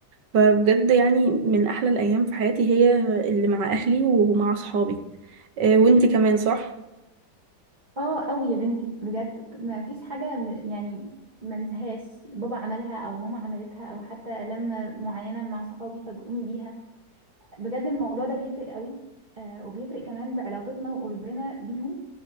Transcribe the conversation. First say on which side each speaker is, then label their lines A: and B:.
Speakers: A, on the right; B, on the right.
A: فبجد يعني من احلى الايام في حياتي هي اللي مع اهلي ومع اصحابي آه، وانت كمان صح
B: اه قوي يا بنتي بجد ما فيش حاجة م- يعني ما انساهاش بابا عملها او ماما عملتها او حتى لما معينة مع صحابي فاجئوني بيها بجد الموضوع ده بيفرق قوي آه وبيفرق كمان بعلاقتنا وقربنا بيهم